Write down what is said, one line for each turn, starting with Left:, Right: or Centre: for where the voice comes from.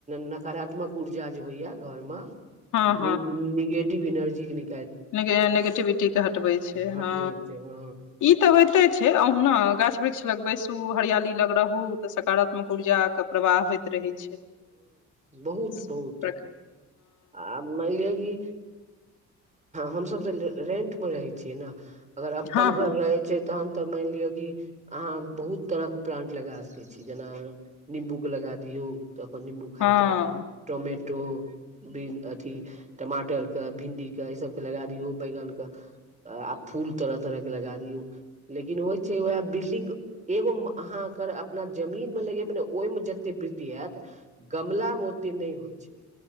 Right: नकारात्मक ऊर्जा जे होइये घरमे
Left: हँ
Right: नि निगेटिव एनर्जी के नै
Left: निगे नेगेटिविटीके हटबै छै
Right: हटबै
Left: हँ।
Right: छै हँ
Left: ई तऽ होइते छै अहुना गाछ वृक्ष लग बैसू हरियाली लग रहु तऽ सकारात्मक ऊर्जाक प्रवाह
Right: हँ
Left: होइत रहै छै
Right: बहुत
Left: <inaudible>
Right: बहुत आ मानि लिअ कि हमसभ तऽ रेंट पर रहै छियै न अगर अपन
Left: हँ हँ
Right: घर रहै छै तहन तऽ मानि लिअ कि अहाँ बहुत तरहके प्लांट लगा सकै छी जेना निम्बूके लगा दियौ तऽ अपन निम्बू खाइत
Left: हँ
Right: रहू टोमेटो बिन अथि टमाटरके भिंडीके एहिसभके लगै दियौ बैगनके आब फूल तरह तरह के लगा दियौ लेकिन होइ छै उएह बिल्डिंग एगो अहाँ कर अपना जमीन मे लगेबै ने ओहिमे जते वृद्धि हैत गमला मे ओत्ते नै होइ छै